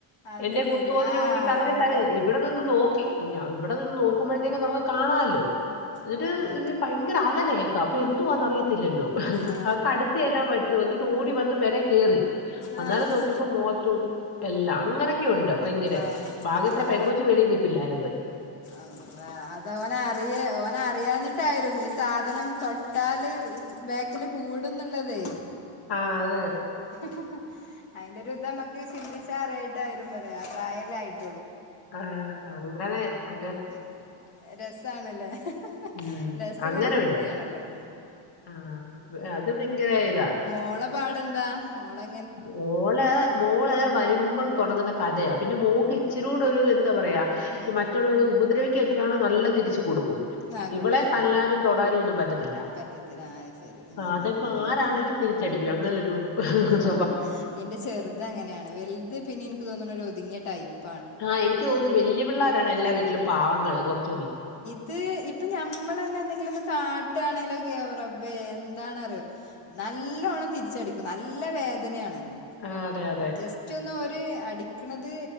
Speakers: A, on the left; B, on the left.
A: അത്
B: എന്നെ
A: ശരി
B: കുത്തോന്ന്
A: ആ
B: ചോദിച്ചിട്ട് <unintelligible> തല്ലി
A: ഓ ഓ
B: ഇവിടെ നിന്ന് നോക്കി ഞാ ഇവിടെ നിന്ന് നോക്കുമ്പോഴത്തേക്ക് നമുക്ക് കാണാല ട്ടു
A: ആ
B: എന്നിട്ട് ഭയങ്കര അലക്കേ- ക്ക അപ്പം എന്തുവാന്ന് അറിയത്തി ത്തില്ലല്ലോ ഹ ഹ്
A: ആ
B: ഹ്അടുത്ത് ചെല്ലാൻ പറ്റോ എന്നിട്ട് ഓടിവന്ന് പെരെ- കേറി അന്നേരം
A: ആ ആ
B: നോക്കിപ്പോ മുഖത്തു- എല്ലാ അങ്ങനൊക്കെ ഉണ്ട് ഭയങ്കര
A: അള്ളാ
B: ഭാഗ്യത്തിനാ ആ പെങ്കോച്ച് വെളിനിപ്പില്ലായിരുന്ന്
A: അള്ളാ അത് ഓന് അറിയ ഓന് <unintelligible> ഈ സാധനം തൊട്ടാല് ബേക്കില് കൂടുന്നുള്ളതേ
B: ആഹ് അതെ
A: ഹ് ഹ് ഹ് അയ്ന്റെ ഒരു ഇത് നമുക്ക് ചിന്തിച്ച അറിയായിട്ട വരുമ്പ ലെ ആ പ്രായല്ലേ ആയിട്ട്
B: ആഹ് അങ്ങനെ അത്
A: ഉം രസാണ് ലെ ഹ് ഹ് ഹ്
B: ഉം
A: രസള്ള
B: അങ്ങനുണ്ട്
A: വികൃതിയാണല്ലോ
B: ആ അത് ഭയങ്കര ഇതാ
A: മോള പാടെന്താ മോളെ
B: മോള് മോള് വരുമ്പ മ്മൾ തൊടങ്ങുന്ന കഥയാ പിന്നെ മോക്ക് ഇച്ചിരി കൂടൊരു എ എന്താ പറയാ
A: ഉം
B: ഈ മറ്റുള്ളവരെ ഉപദ്രവി ക്കൊക്കെയാണ് നല്ല തിരിച്ച് കൊടുക്കും
A: ആ കൊടുക്കൂ
B: ഇവളെ
A: കൊടുക്കൂ
B: തല്ലാനും തൊടാനും ഒന്നും പറ്റത്തില്ല
A: പറ്റത്തില്ല ആ അത് ശരി ഉം ഉം
B: അതിപ്പോ
A: ഉം ഉം
B: ആരാണെങ്കിലും തിരിച്ചടിക്കും അങ്ങനൊരു ഹ് ഹ് ഹ്
A: ഹ് ഹ് ഹ് എന്റെ ചെറുത് അങ്ങനെയാണ് വെലുത് പിന്നെ എനിക്ക് തോന്നണ് ഒരു ഒതുങ്ങിയ ടൈപ്പ്
B: ആഹ് എനിക്ക് തോന്നുന്നു വല്ല്യ പിള്ളാരാണ് എല്ലാ വീട്ടിലും പാവങ്ങള് കുറച്ച് കൂടി
A: ഈഹ് ഇപ്പം ഞമ്മളെന്നെ എന്തെങ്കിലും ഒന്ന് കാട്ടാണെങ്കിലൊ ഒക്കെ റബ്ബേ എന്താണറിയോ നല്ലോണം തിരിച്ചടിക്കും നല്ല വേദനയാണ്
B: ആ അതെ അതെ
A: ജസ്റ്റ് ഒന്ന് ഒരു അടി അടിക്കണത്